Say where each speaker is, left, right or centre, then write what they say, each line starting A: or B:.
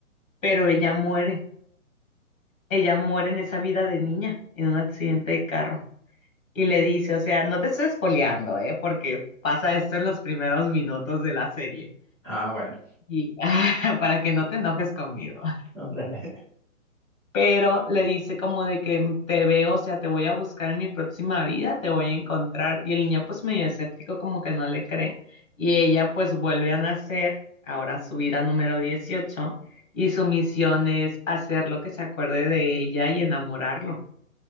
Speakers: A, on the left; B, in the centre.
A: pero ella muere, ella muere en esa vida de niña, en un accidente de carro. Y le dice, o sea, no te estoy espoleando, ¿eh? Porque pasa esto en los primeros minutos de la serie.
B: Ah, bueno.
A: Y <laughs> para que no te enojes conmigo.
B: <laughs> Ándale.
A: Pero le dice como de que "Mm, te veo, o sea, te voy a buscar en mi próxima vida, te voy a encontrar. Y el niño pues medio escéptico como que no le cree. Y ella pues vuelve a nacer, ahora su vida número 18 y su misión es hacer lo que se acuerde de ella y enamorarlo.